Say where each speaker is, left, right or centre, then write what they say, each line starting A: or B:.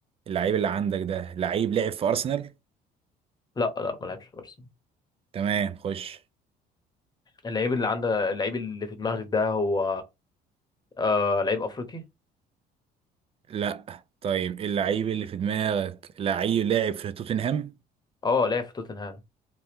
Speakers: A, on the right (about 35°); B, on the left (about 25°).
A: اللعيب اللي عندك ده لعيب لعب في ارسنال
B: لا لا ما لعبش في ارسنال
A: تمام خش
B: اللعيب اللي عندك اللعيب اللي في دماغك ده هو آه لعيب افريقي
A: لا طيب اللعيب اللي في دماغك لعيب لاعب في توتنهام
B: اه لعب في توتنهام